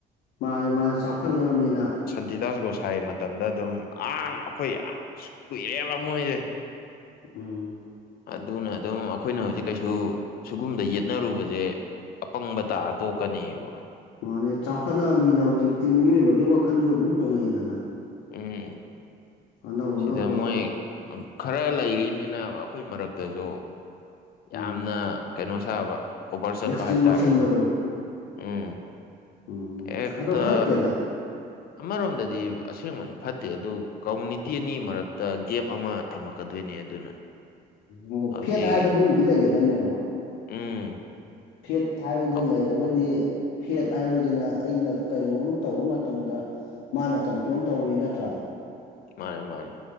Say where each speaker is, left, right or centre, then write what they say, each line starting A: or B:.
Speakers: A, on the left; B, on the left.
A: ꯃꯥꯅꯦ ꯃꯥꯅꯦ ꯆꯥꯎꯈꯠꯂꯛꯑꯕꯅꯤꯅ
B: ꯁꯇꯤꯇꯥꯁ ꯀꯣꯁꯥꯥꯏ ꯃꯇꯝꯗ ꯑꯗꯨꯝ ꯑꯥ ꯑꯩꯈꯣꯏ ꯌꯥꯝ ꯀꯨꯏꯔꯦꯕ ꯃꯣꯏꯁꯦ
A: ꯎꯝ
B: ꯑꯗꯨꯅ ꯑꯗꯨꯝ ꯑꯩꯈꯣꯏꯅ ꯍꯧꯖꯤꯛ ꯀꯩꯁꯨ ꯁꯤꯒꯨꯝꯗ ꯌꯦꯠꯅꯔꯨꯕꯁꯦ ꯑꯄꯪꯕ ꯇꯥꯔ ꯇꯣꯛꯀꯅꯤꯕ
A: ꯃꯥꯅꯦ ꯆꯥꯎꯈꯠꯂꯛꯑꯃꯤꯅ ꯍꯧꯖꯤꯛꯇꯤ ꯃꯤꯑꯣꯏꯕꯒꯤ ꯋꯥꯈꯜꯁꯨ ꯑꯗꯨꯝ ꯍꯣꯡꯉꯛꯏꯗꯅ꯫
B: ꯎꯝ
A: ꯑꯅꯧ ꯑꯅꯧꯕ
B: ꯁꯤꯗ ꯃꯣꯏ ꯈꯔ ꯂꯩꯔꯤꯅꯤꯅ ꯑꯩꯈꯣꯏ ꯃꯔꯛꯇꯁꯨ ꯌꯥꯝꯅ
A: ꯎꯝ
B: ꯀꯩꯅꯣ ꯁꯥꯕ ꯑꯣꯕꯔ ꯆꯠꯄ
A: ꯑꯦꯛꯁꯇ꯭ꯔꯤꯝ
B: ꯍꯥꯏꯇꯥꯔꯦꯅꯦ
A: ꯑꯣꯏꯁꯟꯕꯗꯣ
B: ꯎꯝ
A: ꯎꯝ
B: ꯍꯦꯛꯇ
A: ꯑꯗꯣ ꯐꯠꯇꯦꯗ
B: ꯑꯃꯔꯣꯝꯗꯗꯤ ꯑꯁꯦꯡꯕꯅꯤ ꯐꯠꯇꯦ ꯑꯗꯨ ꯀꯝꯃꯨꯅꯤꯇꯤ ꯑꯅꯤ ꯃꯔꯛꯇ ꯒꯦꯞ ꯑꯃ ꯊꯝꯃꯛꯀꯗꯣꯏꯅꯤ ꯑꯗꯨꯅ
A: ꯎꯝ ꯑ
B: ꯍꯧꯖꯤꯛ
A: ꯐꯦꯠ ꯍꯥꯏꯕꯗꯨꯃꯗꯤ ꯂꯩꯒꯗꯕꯅꯦꯕ
B: ꯎꯝ
A: ꯐꯦꯠ ꯍꯥꯏꯕꯗꯣ
B: ꯑꯈꯣ-
A: ꯂꯩꯔꯒꯗꯤ ꯐꯦꯠ ꯍꯥꯏꯕꯁꯤꯅ ꯑꯩꯅ ꯀꯔꯤꯒꯨꯝꯕ ꯇꯧꯕ ꯃꯇꯝꯗ ꯃꯥꯅ ꯀꯟꯇ꯭ꯔꯣꯜ ꯇꯧꯋꯤ ꯅꯠꯇ꯭ꯔꯥ
B: ꯃꯥꯅꯦ ꯃꯥꯅꯦ